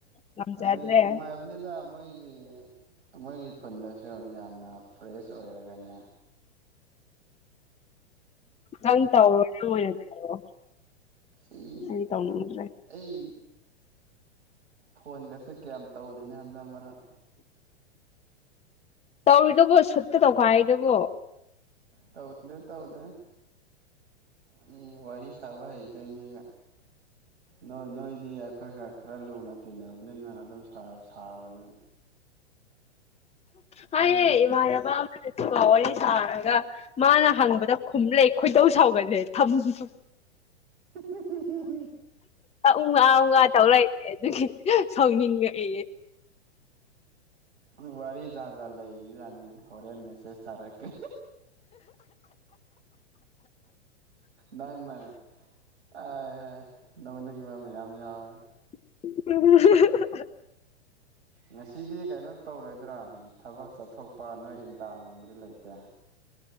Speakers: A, on the left; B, on the right.
A: ꯉꯝꯖꯗ꯭ꯔꯦ
B: ꯑꯗꯩ ꯅꯨꯡꯉꯥꯏꯕꯅꯤꯗ ꯃꯣꯏꯒꯤ ꯃꯣꯏꯒꯤ ꯈꯨꯟꯗꯁꯨ ꯌꯥꯝꯅ ꯐ꯭ꯔꯦꯁ ꯑꯣꯏꯔꯒꯅꯦ
A: ꯅꯪ ꯇꯧꯋꯣ ꯅꯪ ꯑꯣꯏꯅ ꯇꯧ
B: ꯑꯩ
A: ꯑꯩꯗꯤ ꯇꯧꯅꯤꯡꯗ꯭ꯔꯦ
B: ꯑꯩ ꯐꯣꯟꯒꯁꯦ ꯀꯌꯥꯝ ꯇꯧꯗꯦꯅꯦ ꯍꯟꯗꯛ ꯃꯔꯛ
A: ꯇꯧꯔꯤꯗꯨꯕꯣ ꯁꯨꯠꯇ ꯇꯧꯈꯥꯏꯔꯤꯗꯨꯕꯣ
B: ꯇꯧꯗꯦ ꯇꯧꯗꯦ ꯑꯩ ꯋꯥꯔꯤ ꯁꯥꯕ ꯍꯩꯇꯦ ꯃꯤꯒ ꯅꯣꯏ ꯅꯣꯏꯗꯤ ꯑꯩꯈꯣꯏꯒ ꯈꯔ ꯂꯨꯅ ꯇꯤꯟꯅꯕꯅꯤꯅ ꯑꯗꯨꯝ ꯁꯥꯕꯅꯤ
A: ꯍꯥꯏꯌꯦ
B: ꯑꯩꯅ
A: ꯏꯃꯥꯟꯅꯕ ꯀꯣꯜ ꯋꯥꯔꯤ ꯁꯥꯔꯒ ꯃꯥꯅ ꯍꯪꯕꯗ ꯈꯨꯝꯂ ꯈꯣꯏꯗꯧ ꯁꯥꯎꯒꯠꯂꯦ ꯊꯝꯕ ꯎꯝ
B: ꯍꯨꯝ ꯍꯨꯝ
A: ꯎꯟ ꯑꯥ ꯎꯟ ꯑꯥ ꯇꯧꯔꯛ ꯂꯩ ꯑꯗꯨꯒꯤ ꯁꯥꯎꯅꯤꯡꯉꯛꯑꯦꯌꯦ
B: ꯎꯝ ꯋꯥꯔꯤ ꯖꯥꯠ ꯖꯥꯠ ꯂꯩꯖꯥꯅꯤ ꯍꯣꯔꯦꯟ ꯃꯦꯁꯦꯁ ꯊꯥꯔꯛꯀꯦ ꯅꯪꯅ ꯑ ꯍꯥꯏ ꯅꯣꯛ ꯅꯤꯡꯕ ꯃꯌꯥꯝ ꯌꯥꯎꯋꯦ
A: ꯎꯝ
B: ꯉꯁꯤꯗꯤ ꯀꯩꯅꯣ ꯇꯧꯔꯣꯏꯗ꯭ꯔꯥ ꯊꯕꯛ ꯆꯠꯊꯣꯛꯄ ꯅꯣꯏ ꯏꯟꯇꯔꯒꯨꯝꯕꯗꯤ ꯂꯩꯇꯦ?